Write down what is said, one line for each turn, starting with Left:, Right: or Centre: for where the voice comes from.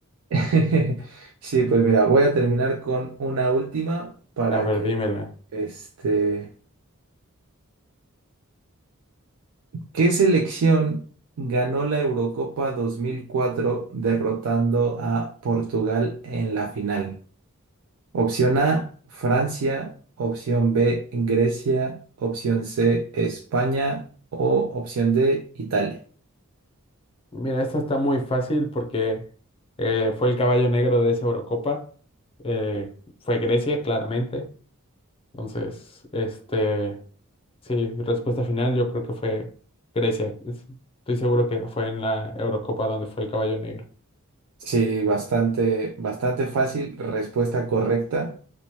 Right: <laughs> Sí, pues mira, voy a terminar con una última para
Left: A ver,
Right: que
Left: dímela.
Right: este ¿Qué selección ganó la Eurocopa 2004 derrotando a Portugal en la final? Opción A, Francia, opción B, Grecia, opción C, España o opción D, Italia.
Left: Mira, esta está muy fácil porque eh, fue el caballo negro de esa Eurocopa. eh, fue Grecia, claramente. Entonces, este, sí, respuesta final, yo creo que fue Grecia. Es- Estoy seguro que fue en la Eurocopa donde fue el caballo negro.
Right: Sí, bastante, bastante fácil, respuesta correcta.